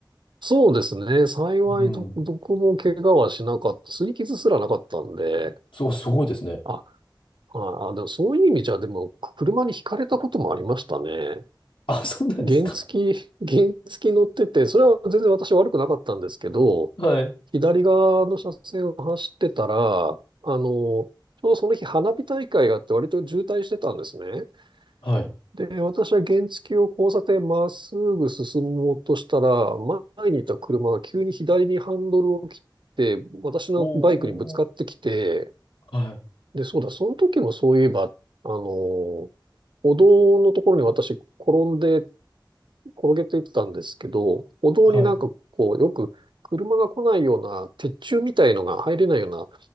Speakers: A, on the right; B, on the left.
A: そうですね。幸いど、
B: うん。
A: どこも怪我はしなかった。擦り傷すらなかったんで。
B: そう、すごいですね。
A: あ、ああ、でもそういう意味じゃ、でも、車にひかれたこともありましたね。
B: あ、そうなんですか。
A: 原付き、<laughs> 原付き乗ってて、それは全然私悪くなかったんですけど、
B: <laughs> はい。
A: 左側の車線を走ってたら、あの、ちょうどその日花火大会があって割と渋滞してたんですね。
B: はい。
A: で、私は原付を交差点まっすぐ進もうとしたら、前にいた車が急に左にハンドルを切って、私のバイクにぶつかってきて、
B: おー。はい。
A: で、そうだ、その時もそういえば、あの歩道のところに私転んで、転げていってたんですけど、歩道になんかこう、
B: はい。
A: よく車が来ないような鉄柱みたいのが入れないような、